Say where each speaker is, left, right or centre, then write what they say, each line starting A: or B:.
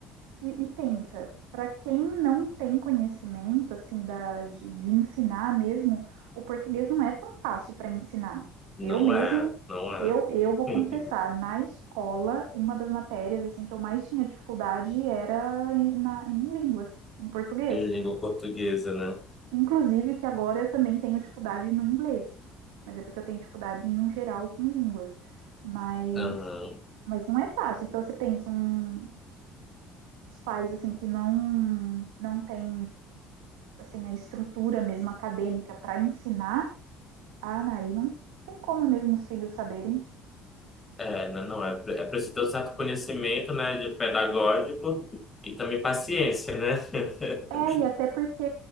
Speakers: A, on the right (about 90°); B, on the left (about 25°).
A: e, e pensa, para quem não tem conhecimento, assim, da, de, de ensinar mesmo, o português não é tão fácil para ensinar.
B: Não
A: Eu mesmo,
B: é, não é.
A: eu, eu vou
B: <laughs>
A: confessar, na escola, uma das matérias, assim, que eu mais tinha dificuldade era em- na, em línguas, em português.
B: Língua portuguesa, né?
A: Inclusive que agora eu também tenho dificuldade no inglês, mas é porque eu tenho dificuldade no geral com línguas. Mas,
B: Aham.
A: mas não é fácil. Então você pensa um, os pais assim que não não têm assim a estrutura mesmo acadêmica para ensinar, ah, aí não tem como mesmo os filhos saberem.
B: É, n- não, é, pre- é preciso ter um certo conhecimento, né, de pedagógico e também paciência, né? <laughs>
A: É, e até porque